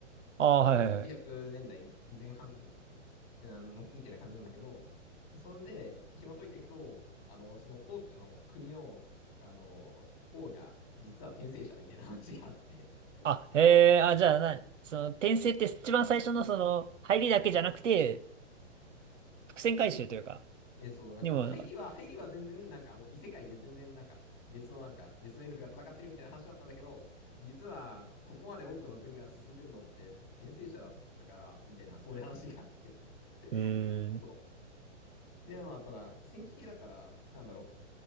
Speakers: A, on the right; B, on the left.
A: あ、はいはいはい。
B: まあ、1900年代前半あの、みたいな感じなんだけど、そんで、紐解いていくと、あの、その多くの国の、あの、王が、実は転生者みたいな話があって
A: あ、へえ、あ、じゃあな、
B: うん
A: その、転生って一番最初のその、入りだけじゃなくて、伏線回収というか、
B: <laughs> え、そう、なんか、
A: にも、
B: 入りは、入りは全然、なんかもう異世界で全然、なんか、別のなんか、別のエルフが戦ってるみたいな話だったんだけど、実は、ここまで多くの国が進んでるのって、転生者だったから、みたいな、そういう話があって。
A: へえ
B: <laughs> そう。で、まあ、ただ、戦記系だから、なんだろ